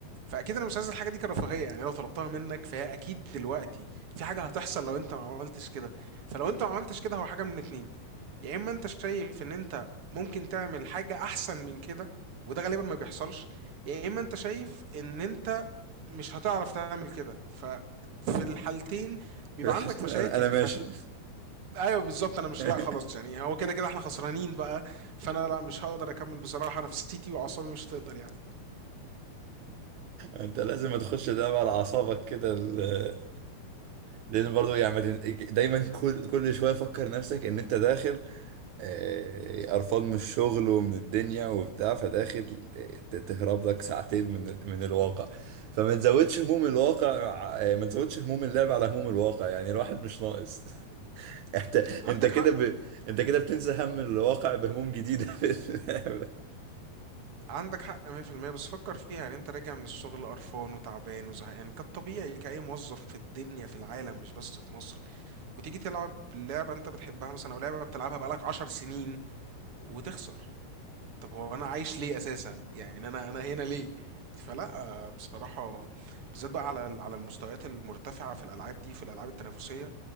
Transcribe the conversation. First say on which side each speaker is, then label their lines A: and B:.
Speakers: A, on the right; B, on the right.
A: فاكيد انا مش عايز الحاجه دي كرفاهيه يعني لو طلبتها منك فهي اكيد دلوقتي في حاجه هتحصل لو انت ما عملتش كده فلو انت ما عملتش كده هو حاجه من اتنين يا اما انت شايف ان انت ممكن تعمل حاجه احسن من كده وده غالبا ما بيحصلش يا اما انت شايف ان انت مش هتعرف تعمل كده ففي الحالتين بيبقى عندك
B: حسيت
A: مشاكل
B: إن انا انا ماشي
A: ايوه بالظبط انا مش
B: <laughs>
A: لا خلاص يعني هو كده كده احنا خسرانين بقى فانا لا مش هقدر اكمل بصراحه نفسيتي واعصابي مش هتقدر يعني
B: انت لازم ما تخش اللعبة على اعصابك كده ال- لان برضو يعني ما تن- دايما كل كل شويه فكر نفسك ان انت داخل آه، قرفان من الشغل ومن الدنيا وبتاع فداخل آه، ت- تهرب لك ساعتين من من الواقع فما تزودش هموم الواقع آه، ما تزودش هموم اللعب على هموم الواقع يعني الواحد مش ناقص <laughs> انت
A: عندك
B: انت كده
A: حق
B: ب... انت كده بتنسى هم الواقع بهموم جديدة <laughs> في اللعبة
A: عندك حق 100% بس فكر فيها يعني انت راجع من الشغل قرفان وتعبان وزهقان كالطبيعي كأي موظف في الدنيا في العالم مش بس في مصر وتيجي تلعب لعبه انت بتحبها مثلا او لعبه بتلعبها بقالك 10 سنين وتخسر طب هو انا عايش ليه اساسا يعني انا انا هنا ليه فلا بصراحه بالذات بقى على على المستويات المرتفعه في الالعاب دي في الالعاب التنافسيه